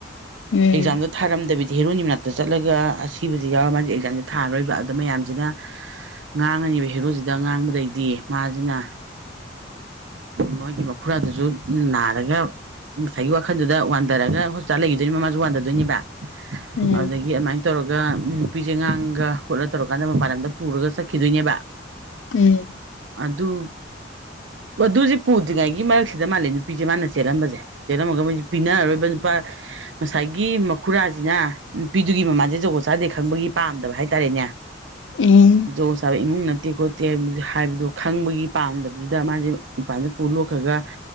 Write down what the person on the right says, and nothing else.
ꯑꯦꯛꯖꯥꯝꯗꯣ ꯊꯥꯔꯝꯗꯕꯤꯗꯤ ꯍꯦꯔꯣꯟꯅꯤ ꯃꯅꯥꯛꯇ ꯆꯠꯂꯒ ꯑꯁꯤꯕꯁꯤ ꯌꯥꯎꯔꯒ ꯃꯥꯁꯦ ꯑꯦꯛꯖꯥꯝꯁꯦ ꯊꯥꯔꯔꯣꯏꯕ ꯑꯗ ꯃꯌꯥꯝꯁꯤꯅ ꯉꯥꯡꯉꯅꯤꯕ ꯍꯦꯔꯣꯁꯤꯗ ꯉꯥꯡꯕꯗꯩꯗꯤ ꯃꯥꯁꯤꯅ ꯃꯣꯏꯒꯤ ꯃꯈꯨꯔꯥꯗꯨꯁꯨ ꯅꯥꯔꯒ ꯉꯁꯥꯏꯒꯤ ꯋꯥꯈꯜꯗꯨꯗ ꯋꯥꯟꯊꯔꯒ ꯍꯣꯁꯄꯤꯇꯥꯜ ꯂꯩꯈꯤꯗꯣꯏꯅꯤ ꯃꯃꯥꯁꯨ ꯋꯥꯟꯊꯗꯣꯏꯅꯦꯕ
ꯑꯗꯨꯗꯒꯤ ꯑꯗꯨꯃꯥꯏ ꯇꯧꯔꯒ ꯅꯨꯄꯤꯁꯦ ꯉꯥꯡꯉ ꯈꯣꯠꯂ ꯇꯧꯔꯀꯥꯟꯗ ꯃꯄꯥꯟ ꯂꯝꯗ ꯄꯨꯔꯒ ꯆꯠꯈꯤꯗꯣꯏꯅꯦꯕ
ꯑꯗꯨ ꯑꯗꯨꯗꯤ ꯄꯨꯗ꯭ꯔꯤꯉꯩꯒꯤ ꯃꯔꯛꯁꯤꯗ ꯃꯥꯜꯂꯦ ꯅꯨꯄꯤꯁꯦ ꯃꯥꯅ ꯆꯦꯜꯂꯝꯝꯕꯁꯦ ꯆꯦꯜꯂꯝꯃꯒ ꯃꯣꯏꯁꯦ ꯄꯤꯅꯔꯔꯣꯏꯕ ꯅꯨꯄꯥ ꯉꯁꯥꯏꯒꯤ ꯃꯈꯨꯔꯥꯁꯤꯅ ꯅꯨꯄꯤꯗꯨꯒꯤ ꯃꯃꯥꯥꯁꯦ ꯖꯒꯣꯠ ꯆꯥꯗꯦ ꯈꯪꯕꯒꯤ ꯄꯥꯝꯗꯕ ꯍꯥꯏꯇꯥꯔꯦꯅꯦ
ꯖꯣꯒꯣꯠ ꯆꯥꯕ ꯏꯃꯨꯡ ꯅꯠꯇꯦ ꯈꯣꯠꯇꯦ ꯍꯥꯏꯕ ꯍꯥꯏꯕꯗꯣ ꯈꯪꯕꯒꯤ ꯄꯥꯝꯗꯕꯗꯨꯗ ꯃꯥꯁꯦ ꯏꯄꯥꯥꯟꯗ ꯄꯨꯔ ꯂꯣꯛꯈ꯭ꯔꯒ